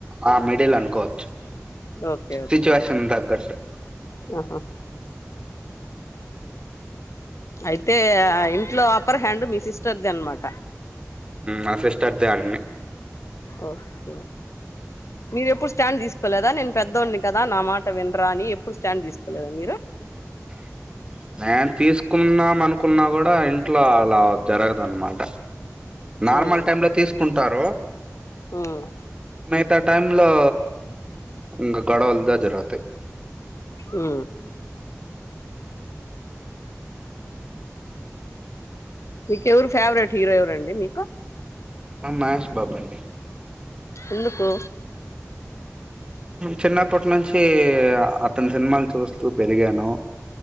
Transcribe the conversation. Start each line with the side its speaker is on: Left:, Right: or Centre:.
Right: ఆ మిడిల్ అనుకోవచ్చు
Left: ఓకే ఓకే
Right: సిట్యువేషన్ తగ్గాటు
Left: ఆహా
Right: <inaudible>
Left: అయితే ఆ ఇంట్లో అప్పర్ హ్యాండ్ మీ సిస్టర్ది అనమాట
Right: నా సిస్టర్ దే అన్ని
Left: ఓకేే మీరు ఎప్పుడు స్టాండ్ తీసుకోలేదా నేను పెద్దోడి కదా నా మాట వినరా అని ఎప్పుడు స్టాండ్ తీసుకోలేదా మీరు
Right: <inaudible> నేను తీసుకుదం అనుకున్నా కూడా ఇంట్లో అలా జరగదున్నమాట నార్మల్
Left: మ్మ్
Right: టైమ్ లో తీసుకుంటారు
Left: మ్మ్
Right: మిత టైమ్ లో ఇకా గొడవలు జరుగుతాయి
Left: ఆ మీకెవరు ఫేవరెట్ హీరో ఎవరండి మీకు
Right: మా మహేష్ బాబా అండి
Left: ఎందుకు
Right: చిన్నప్పటి నుంచి అతని సినిమాలు చూస్తూ పెరిగాను